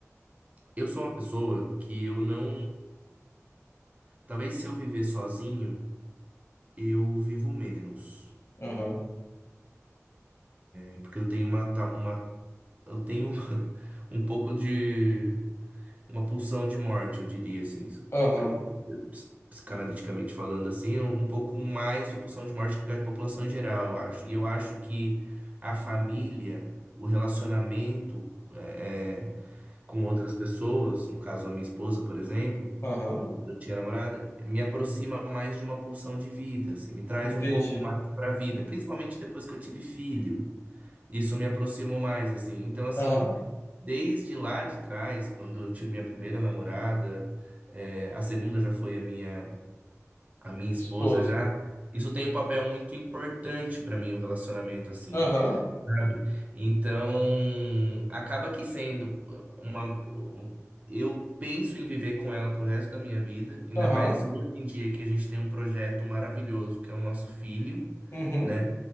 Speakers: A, on the right; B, on the left.
A: eu sou uma pessoa que eu não, talvez se eu viver sozinho, eu vivo menos,
B: Aham,
A: É, porque eu tenho uma, ta- uma, eu tenho <laughs> um pouco de uma pulsão de morte, eu diria assim, se-
B: aham,
A: ps- psicanaliticamente falando assim, é um pouco mais de pulsão de morte que a população em geral, eu acho. E eu acho que a família, o relacionamento é, é, com outras pessoas, no caso a minha esposa, por exemplo,
B: aham.
A: ou quando eu tinha namorada, me aproxima mais de uma pulsão de vida, assim, me traz
B: Entendi.
A: um pouco mais para a vida, principalmente depois que eu tive filho isso me aproximou mais, assim. Então, assim,
B: Aham.
A: desde lá de trás, quando eu tive minha primeira namorada, é, a segunda já foi a minha, a minha esposa
B: Esposo.
A: já. Isso tem um papel muito importante para mim, o relacionamento, assim,
B: Aham,
A: sabe? Então, acaba que sendo uma. Eu penso em viver com ela pro resto da minha vida, ainda
B: aham,
A: mais hoje em dia que a gente tem um projeto maravilhoso, que é o nosso filho,
B: uhum.
A: né?